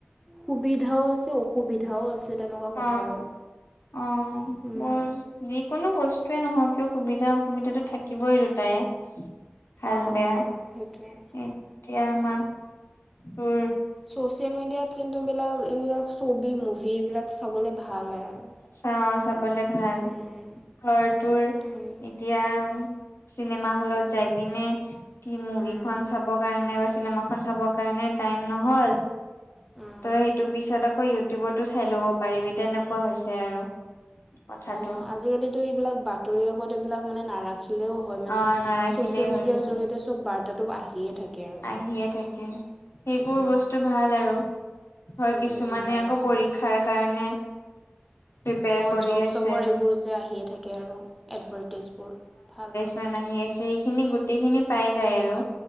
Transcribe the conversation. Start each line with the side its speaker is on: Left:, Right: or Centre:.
Centre: সুবিধাও আছে অসুবিধাও আছে তেনেকুৱা কথা
Left: অ',
Centre: আৰু
Left: অ',
Centre: উম।
Left: বৰ যিকোনো বস্তুৱে নহওক কিয় সুবিধা অসুবিধাতো থাকিবই দুটাই। ভাল
Centre: অঁ
Left: বেয়া
Centre: অঁ সেইটোৱে।
Left: এতিয়া আমাক উ।
Centre: চচিয়েল মিডিয়াত কিন্তু এইবলাক এইবিলাক ছবি মুভি এইবিলাক চাবলে ভাল হয় আৰু
Left: চাও অ চাবলে ভাল।
Centre: উম
Left: ধৰটোৰ
Centre: তুমি
Left: এতিয়া চিনেমা হলত যাই পিনে। স মুভিখন
Centre: উম।
Left: চাবৰ কাৰণে বা চিনেমাখন চাব কাৰণে টাইম নহ'ল।
Centre: উম,
Left: ত সেইটো পিছত আকৌ ইউটিউবতো চাই ল'ব পাৰিবি তেনেকুৱা হৈছে আৰু কথাটো
Centre: অ আজিকালিতো এইবিলাক বাতৰি কাগজ এইবিলাক মানে নাৰাখিলেও। হয় মানে,
Left: অ', নাৰাখিলেই
Centre: চচিয়েল
Left: হৈ
Centre: মিডিয়াৰ
Left: যায়
Centre: জৰিয়তে চব বাৰ্তাটো আহিয়ে থাকে আৰু সেনেকুৱা
Left: আহিয়ে
Centre: কথা।
Left: থাকে সেইবোৰ
Centre: উম।
Left: বস্তু ভাল আৰু ধৰ
Centre: উম
Left: কিছুমানে
Centre: উম ভাল
Left: আকৌ
Centre: ভাল।
Left: পৰি খাৰ কাৰণে।
Centre: <inaudible>
Left: প্ৰিপেয়াৰ
Centre: অঁ
Left: কৰি
Centre: জব
Left: আছে।
Centre: চবৰ এইবোৰ যে আহিয়ে থাকে আৰু এডভাৰটাইজবোৰ ভাল আৰু
Left: মান
Centre: তেতিয়া।
Left: আহি আছে সেইখিনি গোটেইখিনি পাই যায় আৰু